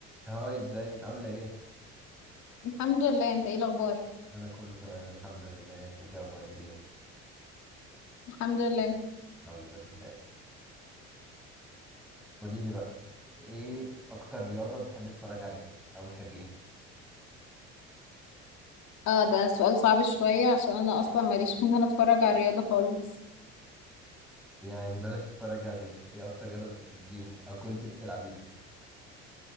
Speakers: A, in the centre; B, on the left.
A: هاي ازيك عاملة ايه؟
B: الحمد لله انت ايه الاخبار
A: انا كله تمام الحمد لله انت اخبارك ايه؟
B: الحمد لله
A: الحمد لله قولي لي بقى ايه اكتر رياضة بتحبي تتفرجي عليها او بتحبيها؟
B: اه ده سؤال صعب شوية عشان انا اصلا ماليش في ان انا اتفرج على الرياضة خالص
A: يعني بلاش تتفرجي عليها ايه اكتر رياضة بتحبيها او كنت بتلعبيها؟